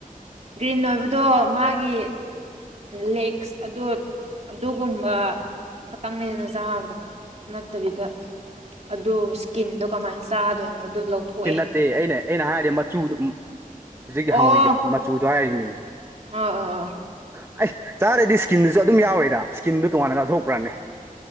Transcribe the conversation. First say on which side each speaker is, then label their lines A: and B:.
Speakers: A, on the right (about 45°); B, on the right (about 15°).
A: ꯒ꯭ꯔꯤꯟ ꯑꯣꯏꯕꯗꯣ ꯃꯥꯒꯤ ꯂꯦꯛꯁ ꯑꯗꯨ ꯑꯗꯨꯒꯨꯝꯕ ꯈꯥꯇꯪꯡꯅꯤꯗꯅ ꯆꯥꯕꯗ ꯅꯠꯇꯕꯤꯗ ꯑꯗꯣ ꯁꯀꯤꯟꯗꯣ ꯀꯃꯥꯏꯅ ꯆꯥꯗꯣꯏꯅꯣ ꯂꯧꯊꯣꯛꯑꯦ
B: ꯀꯤ ꯅꯠꯇꯦ ꯑꯩꯅ ꯑꯩꯅ ꯍꯥꯏꯔꯤ ꯃꯆꯨꯗꯣ ꯍꯧꯖꯤꯛꯀꯤ
A: ꯑꯣ
B: ꯍꯪꯉꯣꯏꯒꯤ ꯃꯆꯨꯗꯣ ꯍꯥꯏꯔꯤꯅꯦ
A: ꯑꯥ ꯑꯥ ꯑꯥ
B: ꯑꯩꯁ ꯆꯥꯔꯗꯤ ꯏꯁꯀꯤꯟꯗꯨꯁꯨ ꯑꯗꯨꯝ ꯌꯥꯎꯋꯦꯗ ꯏꯁꯀꯤꯟꯗꯨ ꯇꯣꯉꯥꯟꯅ ꯂꯧꯊꯣꯛꯄ꯭ꯔꯥꯅꯦ